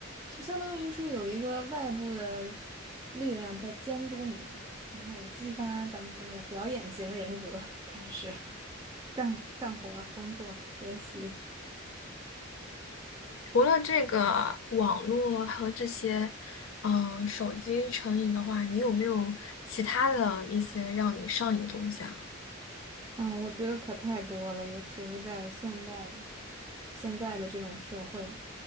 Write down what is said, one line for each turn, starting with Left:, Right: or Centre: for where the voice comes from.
Right: 就相当于是有一个外部的力量在监督你，然后激发咱们那个表演型人格，开始 <laughs> 干干活儿工作、学习。
Left: 除了这个网络和这些，嗯，手机成瘾的话，你有没有其他的一些让你上瘾的东西啊？
Right: 啊，我觉得可太多了，尤其是在现代现在的这种社会，